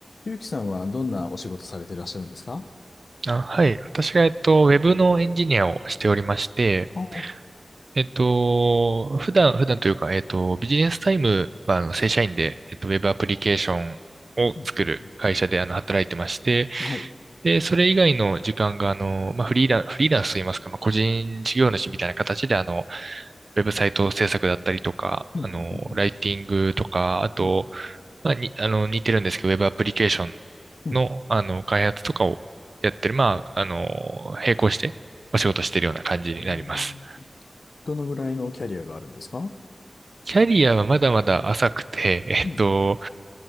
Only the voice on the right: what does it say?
あ、はい。私が、えっと、ウェブのエンジニアをしておりまして、
えっと、普段、普段というか、えっと、ビジネスタイムは、あの、正社員で、えっと、ウェブアプリケーションを作る会社で、
あの、働いてまして、
で、それ以外の時間が、あの、まあ、フリーラン、フリーランスといいますか、まあ、個人事業主みたいな形で、あの、ウェブサイト制作だったりとか、
あの、ライティングとか、あと、
まあ、に、あの、似てるんですけど、ウェブアプリケーション
の、あの、開発とかをやってる、まあ、あの、並行してお仕事してるような感じになります。
キャリアはまだまだ浅くて、<laughs> えっと、